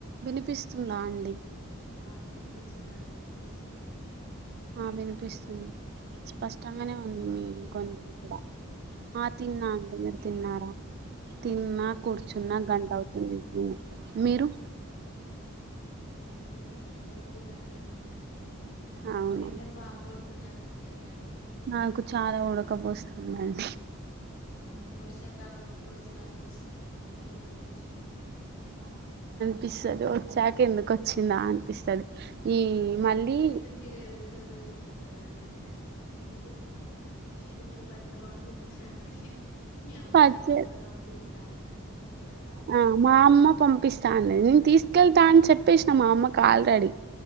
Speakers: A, on the right; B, on the left.
A: వినిపిస్తుందా అండి
B: ఆ వినిపిస్ ఉందా అండి వినిపిస్ ఉందా మీకు
A: ఆ వినిపిస్తుంది స్పష్టంగానే ఉంది మీ
B: తిన్నారా
A: గొంతు
B: అండి
A: కూడా ఆ తిన్నా అండి మీరు తిన్నారా తిన్నా కూర్చున్నా
B: ఆ తిన్నానండి
A: గంట అవుతుంది మీరు
B: నేను కూడా తిన్నా కూర్చుని అరిగింది కూడా అండి
A: అవును
B: ఎండలు బాగా కొడుతున్నట్టున్నాయి కదండి
A: నాకు చాలా ఉడకపోస్తుందిండి
B: ఉ వర్షాకాలం అప్పుడు వస్తుందిా అనిపిస్తుంది ఇప్పుడు ఈ ఎండలను చూసి
A: పిస్తాది వచ్చాక ఎందుకు వచ్చిందా అనిపిస్తది ఈ మళ్ళీ
B: నైట్ మీరు ఏదో స్టోరీ చెప్తుండగా కదండి మీ అత్తమ గురించి చెప్పండి అయితే మీరు పచ్చడి పంపిస్త అంటే మీ అమ్మగారు
A: పచ్చ
B: పచ్చడి పంపిదు స్తన్నదండి పచ్చడా కారం
A: ఆ మా అమ్మ పంపిస్తా అన్నది నేను తీసుకెళ్తా అని చెప్పేసిన మా అమ్మకు ఆల్రెడీ